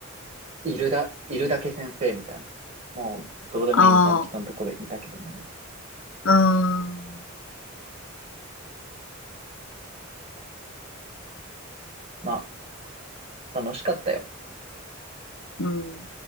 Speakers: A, on the right (about 40°); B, on the left (about 70°).
A: いるだ、いるだけ先生みたいな、もうどうでもいいみたいな人のところにいたけどね、
B: あ
A: 俺
B: あ、うん。
A: まあ楽しかったよ。
B: うん。